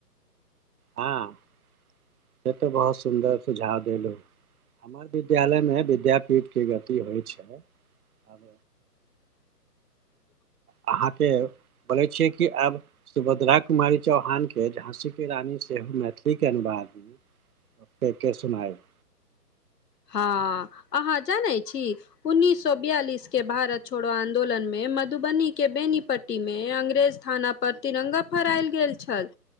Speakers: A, on the right; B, on the left.
A: हँ, से तऽ बहुत सुन्दर सुझा देलहु। हमर विद्यालयमे विद्यापीठके गीत होइ छै, आब
B: <inaudible>
A: अहाँके? बोले छियै कि, आब सुभद्रा कुमारी चौहान के, झाँसी के रानी से, मैथिलीके अनुवादमे के-के सुनायब।
B: हँ अहाँ जानैत छी? उन्ननीस सए बियालिस के भारत छोड़ो आंन्दोलन मे, मधुबनी के बेनीपट्टी में, अंग्रेज थाना पर, तिरंगा फहरायल गेल छल।